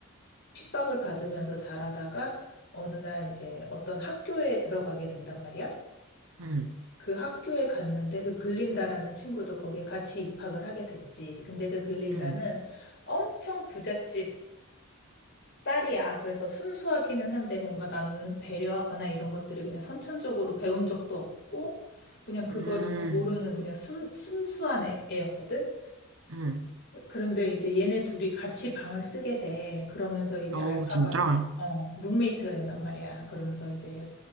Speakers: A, on the left; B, on the right.
A: 핍박을 받으면서 자라다가 어느 날 이제 어떤 학교에 들어가게 된단 말이야.
B: 응,
A: 그 학교에 갔는데 그 글린다라는 친구도 거기에 같이 입학을 하게 됐지. 근데 그 글린다는
B: 응,
A: 엄청 부잣집 딸이야. 그래서 순수하기는 한데 뭔가 남 배려하거나 이런 것들이 그냥 선천적으로 배운 적도 없고 그냥 그거를
B: 응,
A: 잘 모르는 그냥 순, 순수한 애, 애였거든.
B: 응.
A: 그런데 이제 얘네 둘이 같이 방을 쓰게 돼. 그러면서 이제
B: 어우,
A: 알파바가,
B: 진짜?
A: 어, 룸메이트가 된단 말이야. 그러면서 이제